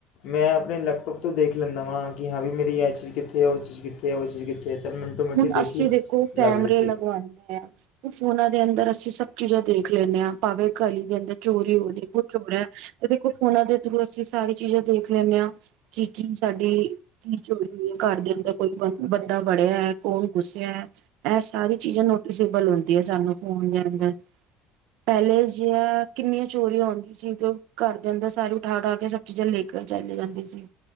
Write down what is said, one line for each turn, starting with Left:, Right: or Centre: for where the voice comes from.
Left: ਮੈਂ ਆਪਣੇ ਲੈਪਟੋਪ ਤੋਂ ਦੇਖ ਲੈਂਦਾ ਵਾਂ ਕਿ ਹਾਂ ਵੀ ਮੇਰੀ ਇਹ ਚੀਜ਼ ਕਿੱਥੇ ਆ ਉਹ ਚੀਜ਼ ਕਿੱਥੇ। ਹੈ ਉਹ ਚੀਜ਼ ਕਿੱਥੇ ਹੈ ਚੱਲ ਮਿੰਟੋ ਮਿੰਟੀ
Right: ਹੁਣ
Left: ਦੇਖੀ
Right: ਅਸੀਂ ਦੇਖੋ
Left: ਲੱਭ
Right: ਕੈਮਰੇ
Left: ਲਿੱਤੀ
Right: ਲਗਵਾਉਂਦੇ ਹ ਉਹ ਫੋਨਾਂ ਦੇ ਅੰਦਰ ਅਸੀਂ ਸਭ ਚੀਜ਼ਾਂ ਦੇਖ ਲੈਂਦੇ ਹਾਂ ਭਾਵੇਂ ਘਲੀ ਦੇ ਅੰਦਰ ਚੋਰੀ ਹੋਵੇ ਕੁਛ ਚੋਰ ਹੈ ਤੇ ਦੇਖੋ ਫੋਨਾ ਦੇ ਥਰੂ ਅਸੀਂ ਸਾਰੀ ਚੀਜ਼ਾਂ ਦੇਖ ਲੈਂਦੇ ਹਾਂ। ਕਿ ਕੀ ਸਾਡੀ ਕੀ ਚੋਰੀ ਹੋਈ ਹੈ। ਘਰ ਦੇ ਅੰਦਰ ਕੋਈ ਬੰ ਬੰਦਾ ਵੜਿਆ ਹੈ ਕੌਣ ਗੁੱਸਿਆ ਹੈ ਇਹ ਸਾਰੀ ਚੀਜ਼ਾਂ ਨੋਟਿਸੇਬਲ ਹੁੰਦੀ ਹੈ ਸਾਨੂੰ ਫੋਨ ਦੇ ਅੰਦਰ ਪਹਿਲੇ ਜਿ ਕਿੰਨੀਆਂ ਚੋਰੀਆਂ ਆਉਂਦੀ ਸੀ ਤੇ ਉਹ ਘਰ ਦੇ ਅੰਦਰ ਸਾਰੀ ਉਠਾ ਉਠਾ ਕੇ ਸਭ ਚੀਜ਼ਾਂ ਲੈਕੇ ਚਲੇ ਜਾਂਦੀ ਸੀ।